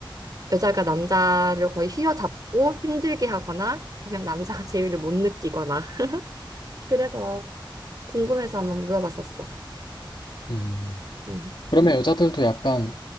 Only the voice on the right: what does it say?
여자가 남자를 거의 휘어잡고 힘들게 하거나 아니면 남자가 <laughs> 재미를 못 느끼거나 그래서 궁금해서 한번 물어봤었어.
음.